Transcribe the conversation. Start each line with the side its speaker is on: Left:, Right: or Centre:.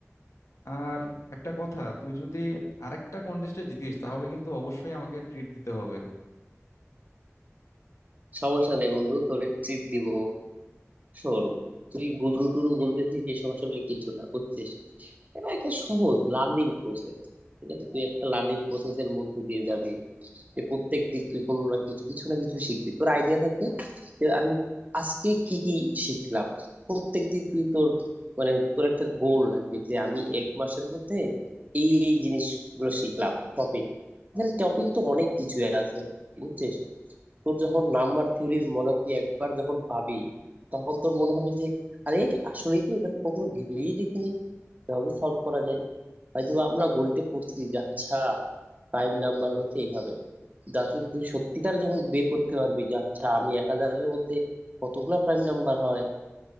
Left: আর একটা কথা তুই যদি আরেকটা কন্টেস্টে জিতিস তাহলে কিন্তু অবশ্যই আমাকে ট্রিট দিতে হবে
Right: সমস্যা নেই বন্ধু তোর চিট দিব শোন তুই গুরু টুরু বলতেছিস এসব আসলে কিছু না বুঝছিস এটা একটা সহজ লার্নিং প্রসেস ঠিক আছে তুই একটা লার্নিং প্রসেসের মধ্যে দিয়ে যাবি যে প্রত্যেক দিন তুই কোনো না কিছু কিছু না কিছু শিখবি তোর আইডিয়া থাকবে যে আমি আজকে কি কি শিখলাম প্রত্যেক দিন তুই তোর মানে তোর একটা গোল রাখবি যে আমি এক মাসের মধ্যে এই এই জিনিসগুলো শিখলাম টপিক এখানে টপিক তো অনেক কিছুই আছে বুঝছিস তোর যখন নাম্বার থিওরির মজা তুই একবার যখন পাবি তখন তোর মনে হবে যে আরে আসলেই তো এটা তো কখনো ভেবেই দেখিনি এভাবে সলভ করা যায় হয়তো বা আমরা গণিতে পড়ছি যে আচ্ছা প্রাইম নাম্বার হচ্ছে এইভাবে কিন্তু আসলে তুই সত্যিকার যখন বের করতে পারবি যে আচ্ছা আমি এক হাজারের মধ্যে কতগুলা প্রাইম নাম্বার হয়